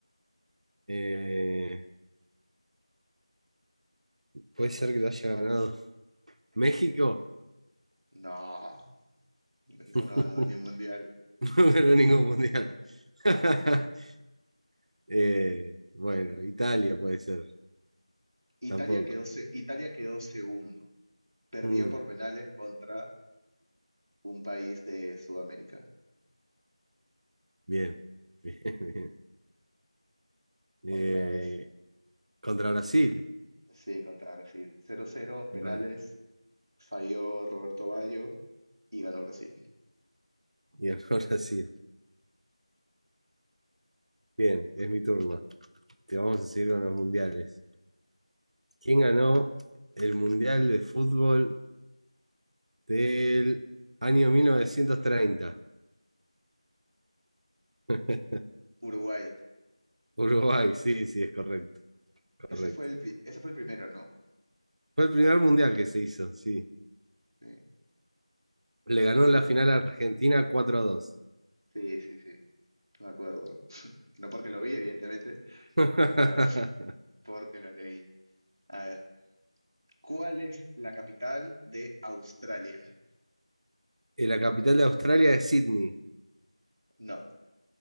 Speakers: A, on the right; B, on the right.
A: Eh, puede ser que lo haya ganado México.
B: No, México
A: <laughs>
B: no ganó ni un Mundial.
A: <laughs> No ganó ningún mundial. <laughs> Eh, bueno, Italia puede ser,
B: Italia
A: tampoco.
B: quedó, se- Italia quedó segundo. Perdió
A: Mm,
B: por penales contra un país de Sudamérica,
A: bien, <laughs> bien, bien. Eh,
B: contra Brasil.
A: contra Brasil.
B: Sí, contra Brasil. cero cero
A: Contra-
B: penales, falló Roberto Baggio y ganó Brasil.
A: y ganó <laughs> Brasil. Bien, es mi turno. Te vamos a seguir con los mundiales. ¿Quién ganó el mundial de fútbol del año mil novecientos treinta <laughs>
B: Uruguay.
A: Uruguay, sí, sí, es correcto,
B: Ese
A: correcto.
B: fue el, pri- ese fue el primero, ¿no?
A: Fue el primer mundial que se hizo, sí.
B: Sí,
A: Le ganó
B: creo.
A: en la final a Argentina cuatro a 2.
B: Sí, sí, sí, me acuerdo. No porque lo vi, evidentemente,
A: <laughs>
B: pero <laughs> porque lo leí. A ver, ¿cuál es la capital de Australia?
A: Y la capital de Australia es Sydney.
B: No,